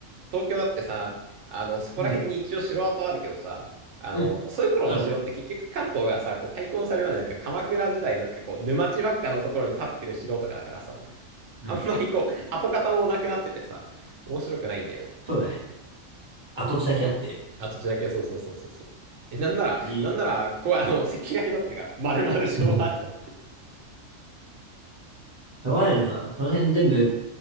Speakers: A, on the right; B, on the right.
A: 東京だってさ、あの、そこら辺に一応城跡あるけどさ、
B: うん。
A: あの、
B: うん。
A: そういう頃の城って結局関東がさ、
B: あるのよ。
A: こう開墾される前なんか鎌倉時代なんかこう、沼地ばっかのところに立ってる城とかだからさ、
B: うん。
A: あんまりこう、跡形もなくなっててさ、面白くないんだよね。
B: そうだね。跡地だけあって。
A: 跡地だけ、そうそうそうそうそう。え、なんなら、
B: いい。
A: なんなら、こう、あの、石碑だけ立ってるから、丸々城跡。
B: うんしょうがないな。その辺全部、